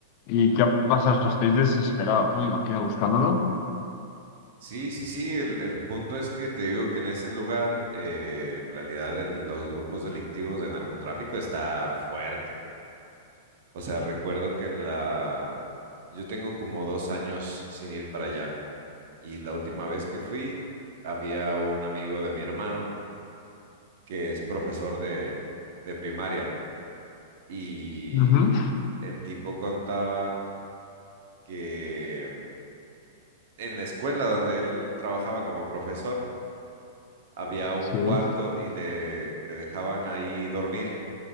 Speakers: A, on the left; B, on the right.
A: ¿Y qué ha pasado? O sea, estáis desesperados, ¿no? Me imagino buscándolo.
B: Sí, sí, sí, el, el punto es que te digo que en ese lugar, eh, en realidad el- los grupos delictivos de narcotráfico está fuerte. O sea, recuerdo que la... Yo tengo como dos años sin ir para allá Y la última vez que fui, había un amigo de mi hermano que es profesor de, de primaria y
A: Ujú,
B: el tipo contaba que mm, en la escuela donde él trabajaba como profesor había un
A: Sí.
B: cuarto y le, le dejaban ahí dormir